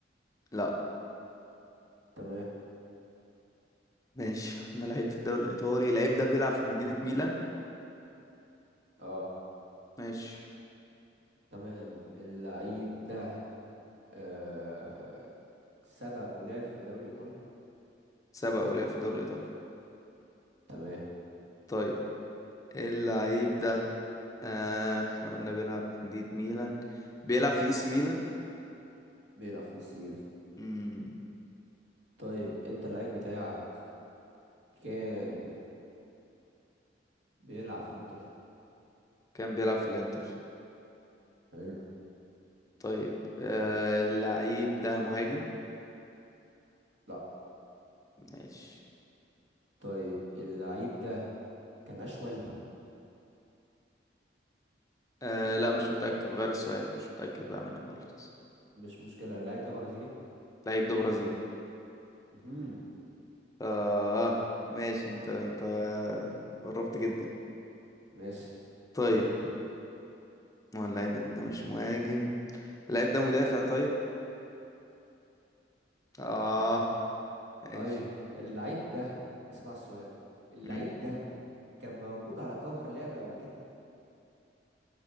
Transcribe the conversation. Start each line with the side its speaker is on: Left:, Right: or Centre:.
Left: لا
Right: تمام
Left: ماشي أنا لعيب في الدوري الإيطالي اللعيب ده بيلعب في مدينة ميلان
Right: اه
Left: ماشي
Right: تمام اللعيب ده آه سبق ولعب في الدوري الايطالي
Left: سبق ولعب في الدوري الإيطالي
Right: تمام
Left: طيب اللعيب ده آه احنا قلنا بيلعب في مدينة ميلان بيلعب في اي سي ميلان
Right: بيلعب في سي ميلان
Left: امم
Right: طيب انت اللعيب بتاعك كان بيلعب في الانتر
Left: كان بيلعب في الإنتر
Right: حلو
Left: طيب آه اللعيب ده مهاجم
Right: لا
Left: ماشي
Right: طيب اللعيب ده كان اشول
Left: آه لا مش متأكد غير السؤال مش متأكد بقى منه خالص
Right: مش مشكلة اللعيب ده برازيلي
Left: اللعيب ده برازيلي
Right: مهم.
Left: آه ماشي انت انت قربت جدا
Right: ماشي
Left: طيب ما هو اللعيب انت مش مهاجم اللعيب ده مدافع طيب اه ماشي
Right: طيب اللعيب ده اسمع السؤال بقى اللعيب
Left: مم.
Right: ده كان موجود على كفر لعبة قبل كده